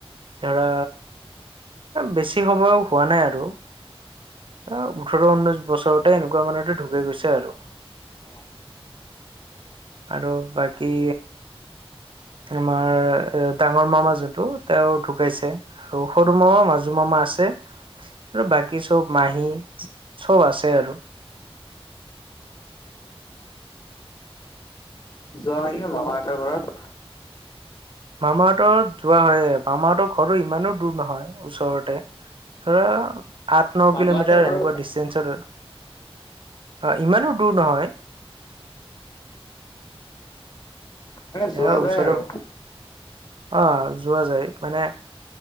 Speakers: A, on the right; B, on the left.
A: ধৰা বেছি সবয় হোৱা নাই আৰু। এ, ওঠৰ ঊনৈশ বছৰতে এনেকুৱা মানে ঢুকি গৈছে। তে আৰু।
B: অ',
A: আৰু বাকী আমাৰ এ, ডাঙৰ মামা যোনটো তেওঁ ঢুকাইছে। আৰু সৰু মামা, মাজু মামা আছে। আৰু বাকী চব মাহী, চব আছে আৰু।
B: যোৱা হয় ন' মামাহঁতৰ ঘৰত?
A: মামাহঁতৰ যোৱা হয়ে, মামাহঁতৰ ঘৰটো ইমানো দূৰ নহয় ওচৰতে। ধৰা আঠ ন
B: মামাহঁতৰ
A: কিলোমিটাৰ
B: ঘৰো
A: এনেকুৱা ডিষ্টেঞ্চৰ হয়, ইমানো দূৰ নহয়।
B: মানে যোৱা
A: সেয়া ওচৰত।
B: যায় আৰু
A: অ' যোৱা যায় মানে